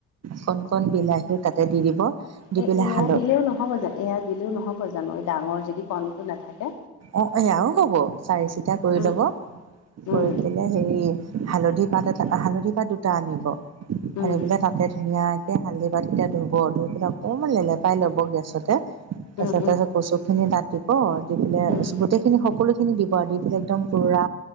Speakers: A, on the right (about 55°); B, on the left (about 80°).
A: কণ-কণ বিলাহী তা'তে দি দিব। দি
B: এই
A: পেলাই
B: এয়া
A: হাল
B: দিলেও নহ'ব জানো, এয়া দিলেও নহ'ব জানো, এই ডাঙৰ যদি কণটো নাথাকে।
A: অঁহ', এয়াও হ'ব চাৰি চিটা কৰি
B: উম
A: লব। কৰি
B: উম
A: পেলাই হেৰি হালধি পাত এটা, হালধি পাত দুটা আনিব।
B: উম
A: আৰু এইবিলাক তা'তে ধুনীয়াকে এই হালধি পাতকেইটা ধুব ধুই পেলাই অকণমান লে'লেপাই ল'ব গেছতে। তাৰপিছত-তাৰপিছত
B: উম
A: কচুখিনি তা'ত দিব, দি পেলাই
B: উম
A: গোটেইখিনি সকলো- খিনি দিব আৰু দি একদম পুৰা